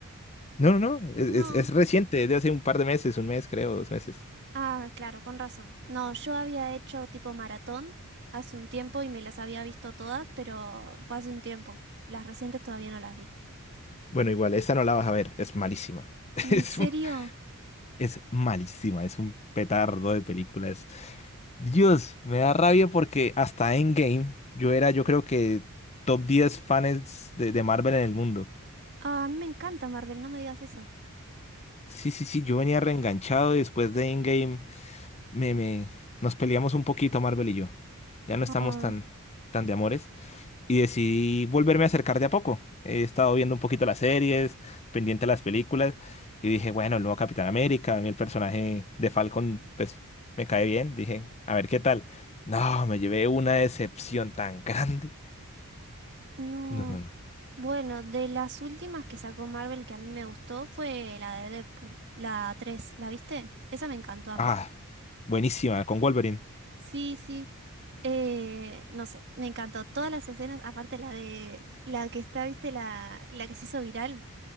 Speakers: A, on the left; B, on the right.
A: No, no, no, es,
B: No.
A: es- es reciente, es de hace un par de meses, un mes creo, dos meses.
B: Ah, claro, con razón. No, yo había hecho tipo maratón hace un tiempo y me las había visto todas, pero fue hace un tiempo. Las recientes todavía no las vi.
A: Bueno, igual, esa no la vas a ver, es malísima. <laughs>
B: ¿En
A: Es,
B: serio?
A: un- es malísima, es un petardo de películas Dios, me da rabia porque hasta Endgame yo era, yo creo que top 10 fans de, de Marvel en el mundo.
B: Ah, a mí me encanta Marvel, no me digas eso.
A: Sí, sí, sí, yo venía reenganchado y después de Endgame me, me, nos peleamos un poquito Marvel y yo. Ya no estamos
B: Ah.
A: tan, tan de amores. Y decidí volverme a acercar de a poco. He estado viendo un poquito las series, pendiente a las películas y dije, bueno, el nuevo Capitán América, a mí el personaje de Falcon, pues me cae bien. Dije, a ver qué tal. No, me llevé una decepción tan grande.
B: No.
A: No, no, no.
B: Bueno, de las últimas que sacó Marvel que a mí me gustó fue la de Deadpool, la tres ¿la viste? Esa me encantó a
A: Ah,
B: mí.
A: buenísima, con Wolverine.
B: Sí, sí. Eh, no sé, me encantó todas las escenas, aparte la de la que está, ¿viste? La, la que se hizo viral,